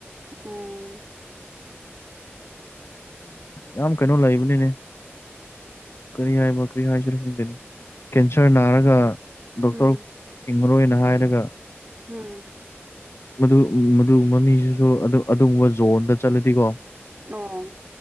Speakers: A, on the right (about 35°); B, on the left (about 65°).
A: ꯎꯝ
B: ꯌꯥꯝ ꯀꯩꯅꯣ ꯂꯩꯕꯅꯤꯅꯦ ꯀꯔꯤ ꯍꯥꯏꯕ ꯀꯔꯤ ꯍꯥꯏꯁꯤꯔ ꯈꯪꯗꯦꯅꯦ ꯀꯦꯟꯁꯔ ꯅꯥꯔꯒ ꯗꯣꯛꯇꯔ
A: ꯎꯝ
B: ꯍꯤꯡꯉꯔꯣꯏꯅ ꯍꯥꯏꯔꯒ
A: ꯎꯝ
B: ꯃꯗꯨ ꯃꯗꯨꯨꯝꯕ ꯃꯤꯁꯤꯁꯨ ꯑꯗꯨꯒꯨꯝꯕ ꯖꯣꯟꯗ ꯆꯠꯂꯗꯤꯀꯣ
A: ꯑꯣ